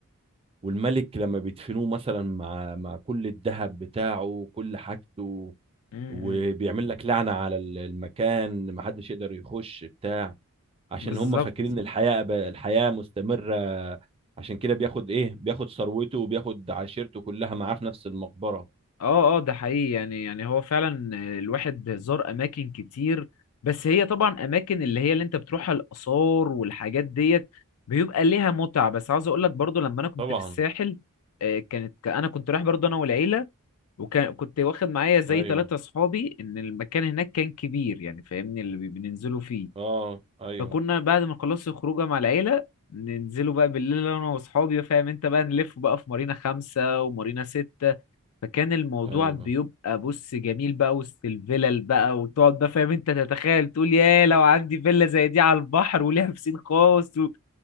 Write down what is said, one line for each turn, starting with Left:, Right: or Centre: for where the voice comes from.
Right: والملك لما بيدفنوه مثلا مع مع كل الذهب بتاعه وكل حاجته
Left: مم،
Right: وبيعمل
Left: مم.
Right: لك لعنة على ال- المكان محدش يقدر يخش بتاع عشان
Left: بالظبط
Right: هم فاكرين ان الحياة أب- الحياة مستمرة عشان كده بياخد ايه بياخد ثروته وبياخد عشيرته كلها معاه في نفس المقبرة
Left: اه اه ده حقيقي يعني يعني هو فعلا الواحد زار اماكن كتير بس هي طبعا اماكن اللي هي اللي انت بتروحها الاثار والحاجات ديت بيبقى ليها متعه بس عاوز اقول لك برضو لما انا كنت
Right: طبعا
Left: في الساحل آه، كانت ك- انا كنت رايح برضو انا والعيله وكان كنت واخد معايا زي
Right: ايوه
Left: ثلاثة اصحابي ان المكان هناك كان كبير يعني فاهمني اللي بي- بننزلوا فيه
Right: اه ايوه
Left: فكنا بعد ما خلصت الخروجه مع العيله ننزلوا بقى بالليل انا واصحابي فاهم انت بقى نلف بقى في مارينا خمسة ومارينا ستة فكان الموضوع
Right: ايوه
Left: بيبقى بص جميل بقى وسط الفلل بقى وتقعد بقى فاهم انت تتخيل تقول يا لو عندي فيلا زي دي على البحر وليها بسين خاص و...